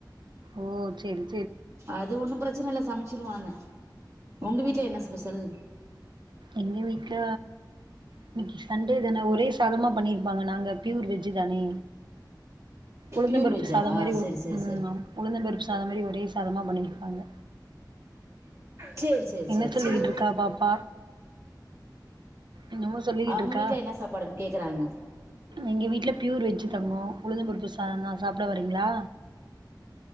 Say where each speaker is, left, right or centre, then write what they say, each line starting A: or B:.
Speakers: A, on the right (about 75°); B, on the right (about 40°).
A: ஓ செரி
B: அது ஒன்னு பிரச்சன இல்ல சமைச்சிருவாங்க உங்க வீட்ல என்ன ஸ்பெஷல்
A: எங்க வீட்ல இன்னைக்கு சண்டே தானே ஒரே சாதமா பண்ணிருப்பாங்க நாங்க பியூர் வெஜ்ஜி தானே உளுந்தம்
B: பியூர்
A: பருப்பு
B: வெஜ்ஜா
A: சாதம் மாதிரி
B: சரி சரி
A: ம்
B: சரி
A: உளுந்தம் பருப்பு சாதம் மாரி ம் உளுந்தம் பருப்பு சாதம் மாரி ஒரே பண்ணிருப்பாங்க
B: சேரி சேரி
A: என்ன
B: செரி
A: சொல்லிக்கிட்டு
B: செரி
A: இருக்கா பாப்பா என்னமோ சொல்லிக்கிட்டு
B: அவங்க
A: இருக்கா
B: வீட்ல என்ன சாப்பாடுன்னு கேக்கறாங்க
A: எங்க வீட்ல பியூர் வெஜ் தங்கம் உளுந்தம்பருப்பு சாதந் தா சாப்பட வரீங்ளா